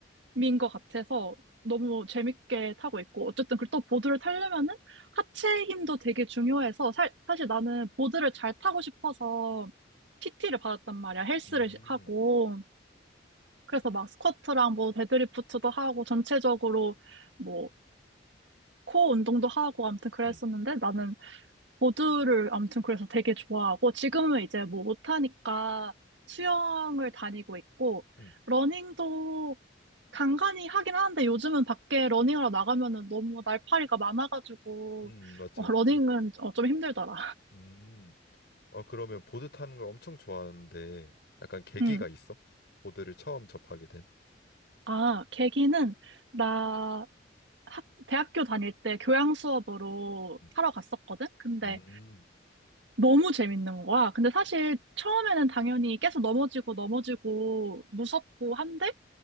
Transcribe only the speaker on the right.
민것 같아서 너무 재밌게 타고 있고 어쨌든 그또 보드를 타려면은 하체 힘도 되게 중요해서 살, 사실 나는 보드를 잘 타고 싶어서 PT를 받았단 말이야 헬스를
시- 하고 그래서 막 스쿼트랑 뭐 데드리프트도 하고 전체적으로 뭐 코어 운동도 하고 아무튼 그랬었는데
나는 보드를 아무튼 그래서 되게 좋아하고 지금은 이제 뭐 못하니까 수영을 다니고 있고
러닝도 간간히 하긴 하는데 요즘은 밖에 러닝하러 나가면은 너무 날파리가 많아가지고
어,
러닝은 어, 좀 힘들더라.
응.
아, 계기는 나 학, 대학교 다닐 때 교양 수업으로
타러 갔었거든? 근데
너무 재밌는 거야. 근데 사실 처음에는 당연히 계속 넘어지고 넘어지고 무섭고 한데